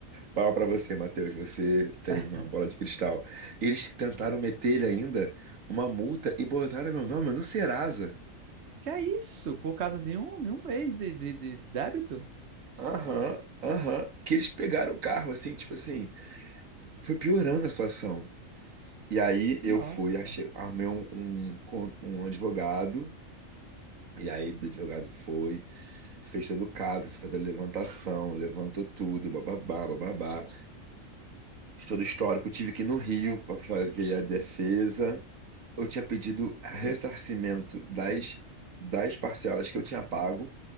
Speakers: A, on the right; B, on the right.
A: palma pra você, Matheus. Você tem
B: <laughs>
A: uma bola de cristal. Eles tentaram meter lhe ainda uma multa e botaram meu nome no Serasa.
B: Que é isso? Por causa de um, de um mês de, de, de débito?
A: Aham, aham. Que eles pegaram o carro, assim, tipo assim. Foi piorando a situação. E aí
B: Nossa.
A: eu fui, achei, armei um, um, con- um advogado. E aí o advogado foi, fez todo o caso, fez a levantação, levantou tudo, bababá, bababá. Todo o histórico. Tive que ir no Rio pra fazer a defesa. eu tinha pedido ressarcimento das, das parcelas que eu tinha pago,